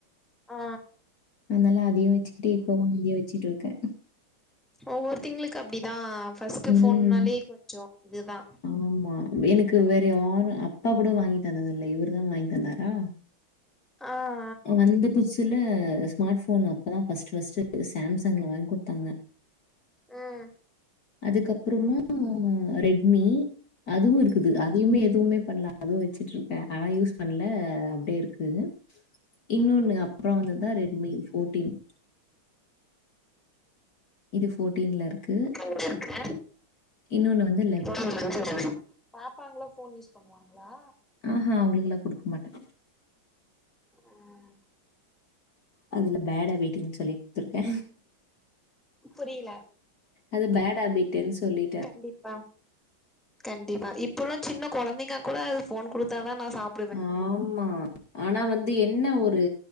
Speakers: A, in the centre; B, on the left (about 50°).
A: ஆ
B: அதனால அதயு வெச்சுக்கிட்டு இப்பயு இப்ப வாங்கியது வெச்சுட்டு ருக்கே
A: ஒவ்வொரு திங்களுக்கு அப்டிதா ஃபர்ஸ்ட்டு
B: ம்.
A: போனாலே கொஞ்சோ இதுதா
B: ஆமா எனுக்கு வேற யாரு அப்பா கூட வாங்கி தந்தது இல்ல இவரு தா வாங்கி தந்தாரா
A: ஆ
B: வந்த புதுசுல ஸ்மார்ட் போன் அப்பதா ஃபர்ஸ்ட்டு ஃபர்ஸ்ட்டு சாம்சாங்ல வாங்கி குடுத்தாங்க
A: ம்
B: அதுக்கப்புறமா ரெட்மி அதுவு இருக்குது அதையுமே எதுவுமே பண்ல அதுவு வெச்சுட்டு ருக்கே ஆனா யூஸ் பண்ல அப்டியே இருக்கு
A: ம்
B: இன்னொன்னு அப்புற வந்ததுதா ரெட்மி ஃபோட்டீன் இது ஃபோட்டீன்ல இருக்கு
A: <unintelligible>
B: இன்னொன்னு வந்து
A: பாப்பாங்களா போன் யூஸ் பண்ணுவாங்களா
B: ஆ ஆ அவங்களுக்கெல்லா குடுக்க மாட்டே
A: ம்
B: அதுல்லா பேட் ஹாபிட்னு சொல்லி குடுத்துருக்கே
A: புரியல
B: அது பேட் ஹாபிட்டுன்னு சொல்லி
A: கண்டிப்பா கண்டிப்பா இப்பல்லா சின்ன கொழந்தைங்க கூட அது போன் குடுத்தாதா நா சாப்
B: ஆமா ஆனா வந்து என்ன ஒரு